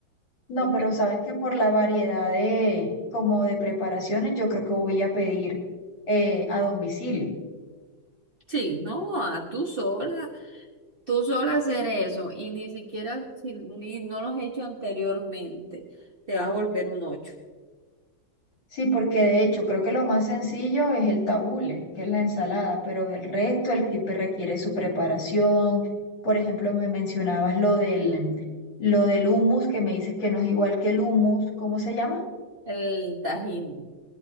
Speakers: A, on the left; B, on the right.
A: No,
B: Porque
A: pero sabes que por la variedad de, como de preparaciones, yo creo que voy a pedir eh, a domicilio.
B: sí, no, a tú sola, tú sola hacer eso y ni siquiera si ni no lo has hecho anteriormente, te vas a volver un ocho.
A: Sí, porque de hecho creo que lo más sencillo es el tabule, que es la ensalada, pero del resto el kit requiere su preparación. Por ejemplo, me mencionabas lo del, lo del hummus, que me dices que no es igual que el hummus. ¿Cómo se llama?
B: El tajín.